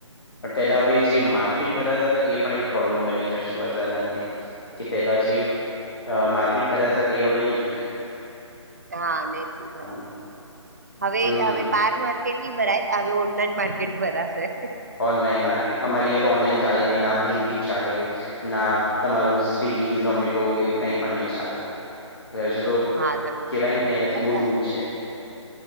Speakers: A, on the left; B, on the right.
A: પણ પેલા હવે જે
B: હમ
A: માર્કેટ. ભરાતા હતા એ પણ એક પ્રોબ્લેમ બની જશે વરસાદના લીધે કે પેલા જે. માર્કેટ ભરાતા તે હવે નઈ થાય.
B: હા ને જ ભરાય
A: લીધે
B: હવે
A: હમ
B: હવે બાર માર્કેટ નહી ભરાય હવે ઓનલાઈન માર્કેટ ભરાશે.
A: ઓનલાઈન માર્કેટ અમારી અહીંયા તો ઓનલાઈન ચાલે નહિ ના બ્લિંકિટ ચાલે. ના તમારું સ્વીગી ઝોમેટો એવું કઈ પણ નહી ચાલેજ હજુ તો.
B: હા તમે
A: કેવાય
B: વચમાં
A: ને કે
B: કેતા
A: એનાથી બહુ
B: તા
A: દૂર છે.